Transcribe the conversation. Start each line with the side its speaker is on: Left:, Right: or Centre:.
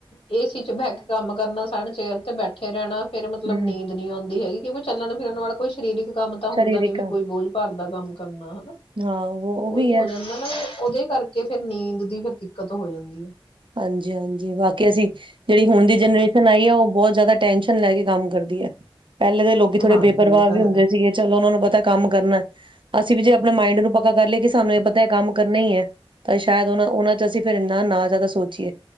Left: ਏ ਸੀ ਚ ਬਹਿ ਕੰਮ ਕਰਨਾ ਸਨ ਚੇਅਰ ਤੇ ਬੈਠੇ ਰਹਿਣਾ। ਫੇਰ ਮਤਲਬ
Right: ਹਮ
Left: ਨੀ ਨੀ ਆਉਂਦੀ ਹੈਗੀ। ਕਿ ਕੋਈ ਚੱਲਣ ਫਿਰਨ ਵਾਲਾ ਕੋਈ ਸਰੀਰਕ ਕੰਮ ਤਾਂ ਹੁੰਦਾ
Right: ਸਰੀਰਿਕ
Left: ਨੀ ਵੀ ਕੋਈ ਬੋਝ ਭਰ ਦਾ ਕੰਮ ਕਰਨਾ।
Right: ਹਾਂ ਉਹ ਉਹ ਵੀ
Left: ਉਈ ਹੋ
Right: ਹੈ।
Left: ਜਾਂਦਾ ਨਾ ਵੀ ਉਹਦੇ ਕਰਕੇ ਫੇਰ ਨੀਂਦ ਦੀ ਫਿਰ ਦਿੱਕਤ ਹੋ ਜਾਂਦੀ ਐ।
Right: ਹਾਂਜੀ, ਹਾਂਜੀ ਬਾਕੀ ਅਸੀਂ ਜਿਹੜੀ ਹੁਨ ਦੀ ਜਨਰੇਸ਼ਨ ਆਈ ਆ। ਉਹ ਬਹੁਤ ਜ਼ਿਆਦਾ ਟੈਨਸ਼ਨ ਲੈ ਕੇ ਕੰਮ ਕਰਦੀ ਐ। ਪਹਿਲੇ ਦੇ ਲੋਕ ਥੋੜੇ
Left: ਹਾਂਜੀ
Right: ਬੇਪਰਵਾਹ
Left: ਇਹ ਤਾਂ
Right: ਵੀ
Left: ਹੈ
Right: ਹੁੰ ਸੀਗੇ ਚਲ ਉਹਨਾਂ ਨੂੰ ਪਤਾ ਏ ਕੰਮ ਕਰਨਾ ਅਸੀਂ ਵੀ ਜੇ ਆਪਣੇ ਮਾਇੰਡ ਨੂੰ ਪ ਕਾ ਕਰ ਲਏ ਕਿ ਸਾਨੂੰ ਇਹ ਪਤਾ ਕੰਮ ਕਰਨਾ ਈ ਐ। ਤਾਂ ਸ਼ਾਇਦ ਉਹਨਾ ਉਹਨਾਂ ਚ ਅਸੀਂ ਫੇਰ ਇੰਨਾ ਨਾ ਜ਼ਿਆਦਾ ਸੋ ਸੋਚੀਏ